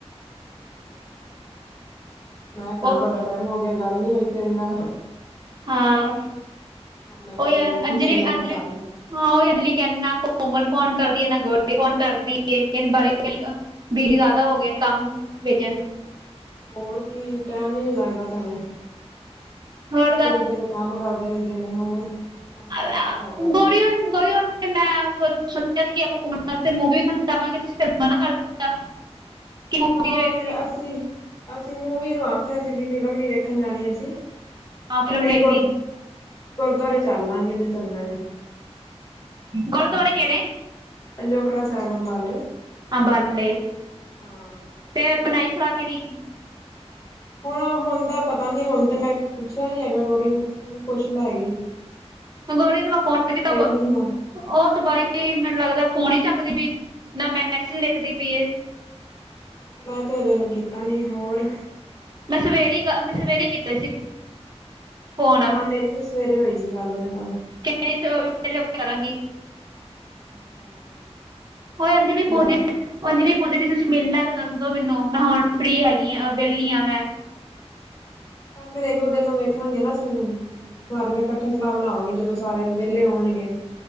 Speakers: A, on the left; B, on the right.
A: ਅੱਛਾ, ਅੱਛਾ ਮੈਂ ਕਿਹਾ
B: ਉਹ
A: ਬੜਾ ਟਾਈਮ ਹੋ ਗਿਆ, ਗੱਲ ਨੀ ਹੋਈ ਤੇਰੇ ਨਾਲ।
B: ਹਾਂ
A: ਹੁਣ ਮੈਂ ਵਿਹਲੀ
B: ਉਹ ਹੀ ਅੰ-
A: ਬੈਠੀ
B: ਅੰਜਲੀ
A: ਸੀ
B: ਵੀ-
A: ਮੈਂ ਕਿਹਾ
B: ਅੰਜਲੀ
A: ਕਰਲਾ।
B: ਹਾਂ ਉਹ ਅਗਲੀ ਕਹਿੰਦੇ ਨਾ ਕੋਮਲ ਫੋਨ ਕਰਦੀਏ, ਨਾ ਗੋਪੀ ਫੋਨ ਕਰਦੀ ਹੈ, ਕਹਿੰਦੇ ਬੜ ਵੀ ਇਰਾਦਾ ਹੋ ਗਏ ਤਾ ਭੇਜਾ,
A: ਹੋਰ ਕੀ ਟੈਮ ਹੀ ਨਹੀ ਲੱਗਦਾ, ਭੈਣੇ
B: ਹੋਰ
A: ਇੱਧਰ-ਉਧਰ
B: ਦੱਸ
A: ਦੇ। ਕੰਮ ਕਰਦੇ ਰਹਿੰਦੇ ਨੇ ਹੋਰ, ਕੰਮ
B: <unintelligible>
A: ਕਾਰ ਕਿਵੇਂ ਚੱਲਦਾ ਪਿਆ?
B: ਤੇ ਮੈਂ ਸ ਸੋਚਿਆ ਸੀ, ਕਿ ਆਪਾਂ ਘੁੰਮਣ ਵਾਸਤੇ ਮੂੰਵ ਵੀ ਖ ਜਾਵਾਂਗੇ ਤੁਸੀਂ ਫਿਰ ਮਨ ਕਰ ਦਿੱਤਾ। ਕਿ ਮੂਵੀ
A: ਹਾਂ
B: ਨਹੀਂ ਵੇਖਣੀ
A: ਫਿਰ ਅਸੀਂ ਅਸੀਂ ਮੂਵੀ ਨੂੰ ਆਖਿਆ ਸੀ, ਵੀ ਫਿਲਮ ਨੀ ਵੇਖਣ ਜਾਣੀ ਅਸੀਂ।
B: ਹਾਂ
A: ਅਸੀਂ
B: ਫਿਲਮ
A: ਕਹਿ
B: ਵੇਖਣੀ
A: ਗੁਰ ਗੁਰਦੁਆਰੇ ਚੱਲ ਲਾਂਗੇ ਜੇ ਚੱਲਣਾ ਤੇ,
B: ਗੁਰਦੁਆਰੇ ਕਿਹੜੇ,
A: ਪੰਜੋਖੜਾ ਸਾਹਿਬ ਅੰਬਾਲੇ,
B: ਉਬਾਲ਼ ਕੇ
A: ਹਾਂ।
B: ਫੇਰ ਬਣਾਈ ਸੁਰਾ ਕੇ ਨਹੀਂ।
A: ਹੁਣ ਹੁਣ ਦਾ ਪਤਾ ਨੀ ਹੁਣ ਤੇ ਮੈਂ ਪੁੱਛਿਆ ਨੀ ਹੈਗਾ ਗੋਰੀ ਨੂੰ ਤੂੰ ਪੁੱਛ ਲੈਗੀ ਈ।
B: ਗੌਰੀ ਨੂੰ ਮੈਂ ਫੋਨ ਆ ਤਬ।
A: ਲਈ ਹਾਂ
B: ਉਹ ਤੋਂ ਬਾਰੇ ਮੈਨੂੰ ਲੱਗਦਾ ਫੋਨ ਹੀ ਨੀ ਚੱਕਦੀ ਪਈ ਨਾ ਮੈਸੇਜ ਦੇਖਦੀ ਪਈ ਏ।
A: ਅੱਛਾ ਮੈਂ ਤੇ ਹਜੋਂ, ਉਹਨੂੰ ਕੀਤਾ ਨੀ ਹੋਰ?
B: ਮੈਂ ਸਵੇਰੇ ਮੈਂ ਸਵੇਰੇ ਹੀ ਕੀਤਾ ਸੀ। ਫੋਨ
A: ਹਾਂ ਮੇਰੀ ਵੀ ਸਵੇਰੇ ਹੋਈ ਸੀ, ਗੱਲ ਉਹਦੇ ਨਾਲ
B: ਕਣੀ ਤੇ ਵੀ ਪਲੇ ਉਹ ਕਰਾਂਗੀ।
A: ਅੱਛਾ, ਅੱਛਾ।
B: ਹੋ
A: ਹੋਰ
B: ਅੰਜਲੀ
A: ਸੁਣਾ
B: ਪੁਦੀ, ਹਜੀ ਪੁਜ ਦੀ ਤੁਸੀਂ ਮਿਲਣਾ ਤੇ ਦੱਸ ਦੋ ਮੈਨੂੰ, ਮੈਂ ਹੁਣ ਫ੍ਰਰੀ ਹੈਗੀ ਆ ਵਿਹਲੀ ਆ ਮੈਂ
A: ਚੱਲ ਫੇਰ ਇੱਕੋ ਦਿਨ ਨੂੰ ਵੇਖਾਂਗੇ, ਨਾ ਅਸੀਂ ਉਹਨੂੰ ਫਿਰ ਇਕੱਠੇ ਸਲਾਹ ਬਣਾਵਾਂਗੇ, ਜਦੋਂ ਸਾਰੇ ਵਿਹਲੇ ਹੋਣਗੇ।